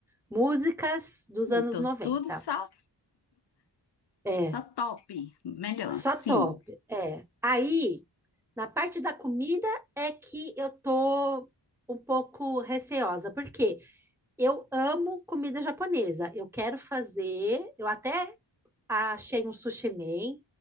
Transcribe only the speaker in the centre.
músicas dos
anos 90.
É,
só
top. É. Aí. Na parte da comida é que eu tô um pouco receosa, porque eu amo comida japonesa. Eu quero fazer, eu até achei um sushi man,